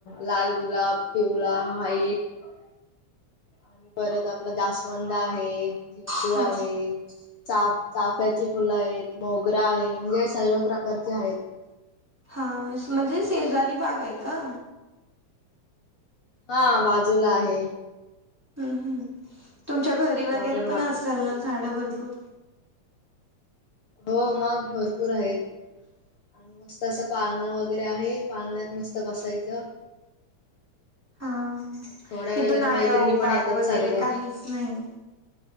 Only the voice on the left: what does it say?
लाल गुलाब, पिवळ, व्हाईट. एक. आणि परत आपला जास्वंद आहे, झेंडू
आहे. चा चाफ्याची फुलं आहेत, मोगरा आहे म्हणजे सर्व प्रकारचे आहेत,
आणि
मग
हा बाजूला आहे.
मस्त
वातावरण
वाटतय
भारी.
हो मग भरपूर आहेत. आणि मस्त असं पाळणं वगैरे आहे पाळण्यात मस्त बसायचं
मग थोड्या वेळाने
मैत्रिणी
पण येतात
सर्व.